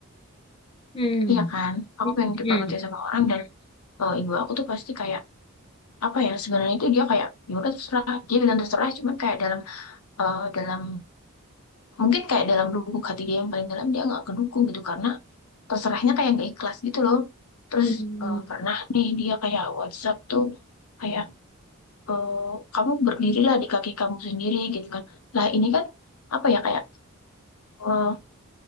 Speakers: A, on the left; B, on the left.
A: Hmm.
B: Iya kan, aku
A: Mm, mm,
B: pengen coba
A: mm.
B: kerja sama orang dan eh, ibu aku tuh pasti kayak apa ya sebenarnya itu dia kayak ya udah terserah dia bilang terserah cuman kayak dalam eh, dalam mungkin kayak dalam lubuk hati dia yang paling dalam dia nggak kedukung gitu karena terserahnya kayak nggak ikhlas gitu loh terus
A: Mm,
B: eh, pernah nih dia kayak WhatsApp tuh kayak eh, kamu berdirilah di kaki kamu sendiri gitu kan lah ini kan apa ya kayak eh,